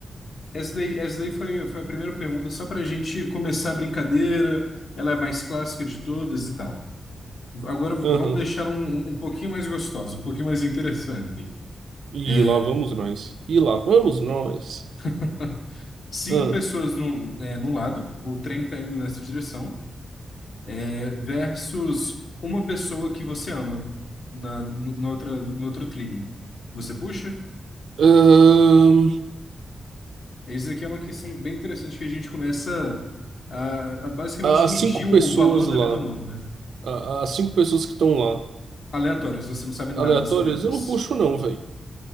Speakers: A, on the left; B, on the right.
A: essa daí, essa daí foi, foi a primeira pergunta, só para gente começar a brincadeira. Ela é mais clássica de todas e tal. Agora vamos
B: Aham.
A: deixar um, um um pouquinho mais gostosa, um pouquinho mais interessante.
B: E
A: É,
B: lá vamos nós. E lá vamos nós.
A: <laughs> cinco
B: Ahn.
A: pessoas no, é, no lado, o trem tá indo nessa direção, é, versus uma pessoa que você ama na, no, na outra, no outro trilho. Você puxa?
B: Ahn,
A: Isso aqui é uma questão bem interessante que a gente começa a, a basicamente
B: as
A: medir
B: cinco
A: o
B: pessoas
A: valor da
B: lá.
A: vida humana, né?
B: a- As cinco pessoas que estão lá.
A: Aleatórias, você não sabe nada
B: Aleatórias,
A: sobre elas.
B: eu não puxo, não, velho.